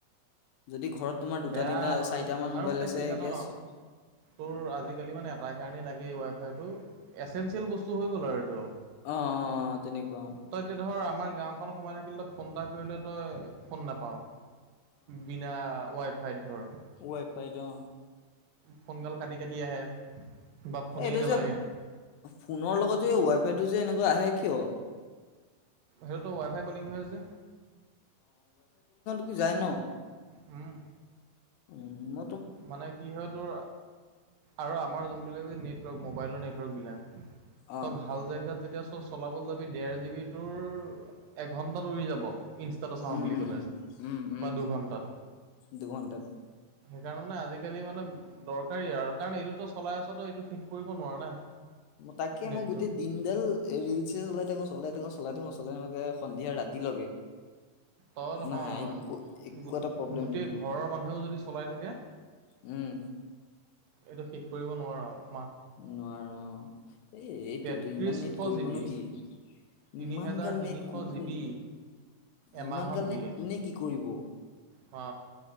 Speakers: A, on the left; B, on the right.
A: যদি ঘৰত। তোমাৰ দুটা
B: বেয়া
A: তিনিটা চাৰিটা মান
B: আৰু
A: মোবাইল
B: মানে
A: আছে
B: কি জান।
A: একে চ-
B: তোৰ আজিকালি মানে এটা কাৰণেই লাগে এই ৱাই ফাইতটো এচেঞ্চিয়েল বস্তু হৈ গ'ল আৰু এইটো।
A: অ অ অ তেনেকুৱা অ
B: তই এতিয়া ধৰ আমাৰ গাওঁখনত সোমাই থাকিল। ফোন এটা কৰিলে তই ফোন নাপাওঁ বিনা ৱাইফাইত ধৰ।
A: ৱাইফাইটো
B: ফোনগাল কাটি কাটি আহে বা ফোনেই
A: এই এইটো
B: নালাগে
A: যে ফোনৰ লগত যে ৱাই ফাইটো যে এনেকুৱা আহে কিয়
B: সেইটোতো ৱাইফাই কলিং হৈ আছে যে
A: বুজাই ন
B: উম
A: উম ম
B: মানে কি হয় তোৰ আৰু আমাৰ যোনবিলাক যে নে মোবাইলৰ নেটৱৰ্ক বিলাগ
A: অ'।
B: তই ভাল জাগত যেতিয়া চ সব চলাবলৈ যাবি ডেৰ জি বি তোৰ এঘন্টাত উৰি যাব। ইনষ্টাটো চাওঁ
A: উম,
B: বুলি
A: উম,
B: ক'লে
A: উম, উম।
B: বা দুঘণ্টাত
A: দুঘণ্টাত।
B: কাৰণ মানে আজিকালি মানে দৰকাৰী আৰু কাৰণ এইটোতো চলাই আছ তো এইটো থিক কৰিব নোৱাৰা না
A: তাকে
B: নেটটো
A: মই গোটেই দিনডাল ৰিলচ এ চলাই থাক চলাই থাক চলাই থাক মই আ সন্ধিয়া ৰাতিলৈকে
B: তই হ
A: নাই একো একো
B: গোটেই
A: এটা প্ৰব্লেম নিদিয়ে।
B: ঘৰৰ মানুহেও যদি চলাই থাকে
A: উম
B: এইটো শেষ কৰিব নোৱাৰ আও
A: নোৱাৰ অ এই এইটোটো
B: তেত্ৰিশ
A: ইমান নেত কৰিব
B: জি বি
A: নো কি
B: তিনি
A: ইমান
B: হেজাৰ
A: গাল
B: তিনিশ
A: নেট কো-
B: জি
A: কোন
B: বি এমাহত
A: ইমান গাল নেট
B: দিয়ে
A: কোনে কি কৰিব
B: অ